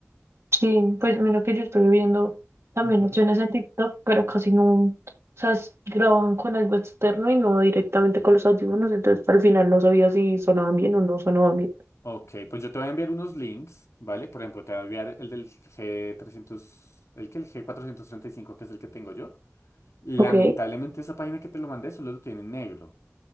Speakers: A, on the right; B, on the left.
A: Sí, pues mira que yo estoy viendo también
B: Ujú.
A: opciones en TikTok, pero casi no, o sea, s- grababan con algo externo y no directamente con los audífonos, entonces al final no sabía si sonaban bien o no sonaban bien.
B: Ok, pues yo te voy a enviar unos links, ¿vale? Por ejemplo, te voy a enviar el del g trescientos el que el g cuatrocientos treinta y cinco que es el que tengo yo. Lamentablemente
A: Ok,
B: esa página que te lo mandé solo lo tiene en negro.